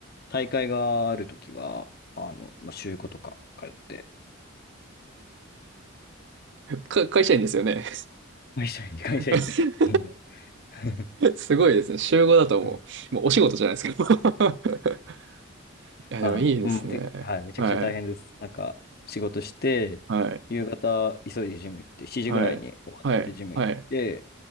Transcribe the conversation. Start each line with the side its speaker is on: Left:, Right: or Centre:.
Left: 大会があるときは、あの、まあ、週5とか通って、
Right: あ。か、会社員ですよね。
Left: 会社員、会社員です。
Right: <laughs>
Left: <laughs>
Right: すごいですね。週5だともう、
Left: うん
Right: もうお仕事じゃないですか。<laughs> いや、
Left: あ、
Right: でもいいですね。
Left: うん、で、はい、めちゃくちゃ大変です。
Right: はい。
Left: なんか、仕事して、
Right: はい。
Left: 夕方、急いでジム行って、7時ぐらいに終わってジム行って、
Right: はい。はい。はい。